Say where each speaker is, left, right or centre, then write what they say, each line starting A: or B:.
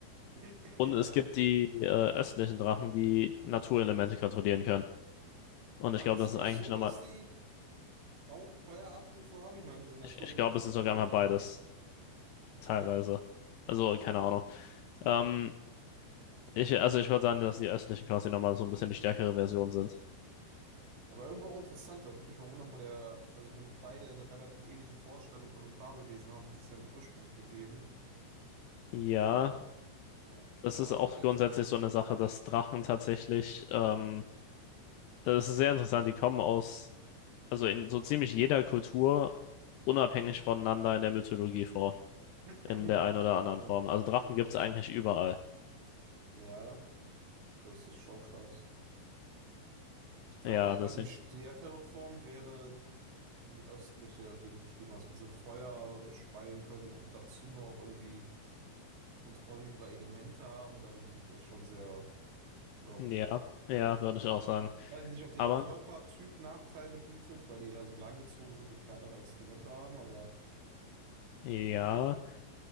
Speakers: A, on the right; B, on the left.
A: <clears throat>
B: Und es
A: Ja.
B: gibt die äh, östlichen Drachen, die Naturelemente kontrollieren können. Und
A: War
B: ich glaube,
A: das
B: das
A: nicht
B: ist eigentlich
A: so,
B: nochmal,
A: dass die auch Feueratem und so haben? Ich meine, wenn sie Naturelemente
B: ich, ich glaube, es
A: kontrollieren
B: ist sogar mal
A: können.
B: beides,
A: Okay.
B: teilweise. Also, keine Ahnung. Ähm, ich, also ich würde sagen, dass die östlichen quasi nochmal so ein bisschen die stärkere Version sind.
A: Aber irgendwo auch interessant. Da würde mich mal wundern, wo der. Also, wenn beide eine relativ ähnliche Vorstellung von einem Fabelwesen haben, muss es ja einen Ursprung für geben.
B: Ja,
A: Ah, ja,
B: das
A: keine
B: ist
A: Ahnung,
B: auch
A: wo der
B: grundsätzlich
A: jetzt liegt.
B: so eine Sache, dass Drachen tatsächlich, ähm, das ist sehr interessant, die kommen aus, also in so ziemlich jeder Kultur unabhängig voneinander in der Mythologie vor,
A: <clears throat>
B: in der einen oder anderen
A: Ja,
B: Form. Also
A: okay,
B: Drachen
A: krass.
B: gibt es eigentlich überall.
A: Ja, das ist schon krass. Ich glaube
B: Ja,
A: aber,
B: deswegen.
A: die stärkere Form wäre die östliche, die du beschrieben hast. Wenn sie Feuer speien können und dazu noch irgendwie Kontrolle über Elemente haben, dann das ist schon sehr broken.
B: Ja, ja, würde ich auch sagen.
A: Weiß jetzt nicht, ob deren
B: Aber
A: Körpertyp Nachteile bietet, weil die eher so langgezogen sind und kleinere Exkremente haben, aber
B: ja.